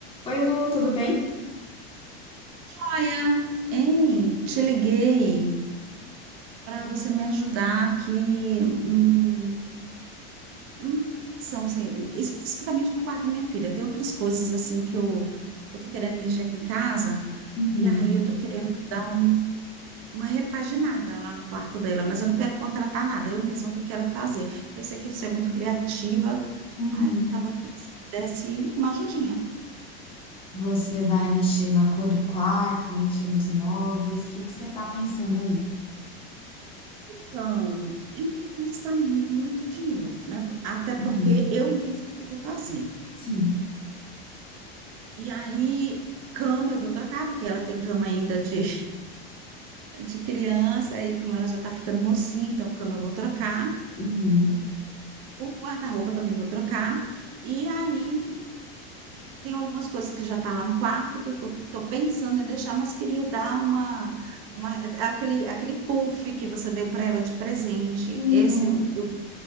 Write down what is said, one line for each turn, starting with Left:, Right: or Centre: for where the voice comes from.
Left: Oi, Lu, tudo bem?
Right: Joia, hein? Te liguei para você me ajudar aqui hum, numa relação, assim, especificamente no quarto da minha filha. Tem outras coisas assim que eu que eu tô querendo mexer aqui em casa
Left: Uhum,
Right: e aí eu tô querendo dar um- uma repaginada lá no quarto dela, mas eu não quero contratar nada, eu mesma que quero fazer. Eu sei que você é muito criativa,
Left: uhum.
Right: aí tava querendo que você me desse uma ajudinha.
Left: Você vai mexer na cor do quarto, vai mexer nos móveis, o que que você tá pensando aí?
Right: Então, eu não quero gastar muito dinheiro, né? Até
Left: Uhum,
Right: porque eu mesma que vou fazer.
Left: sim.
Right: E aí, cama eu vou trocar, porque ela tem cama ainda de, <laughs> de criança, e como ela já tá ficando mocinha, então cama eu vou trocar.
Left: Uhum,
Right: O guarda-roupa também eu vou trocar. E aí, tem algumas coisas que já tá lá no quarto, que, que eu tô pensando em deixar, mas queria dar uma, uma- aquele, aquele puff que você deu para ela de presente.
Left: uhum.
Right: Esse eu eu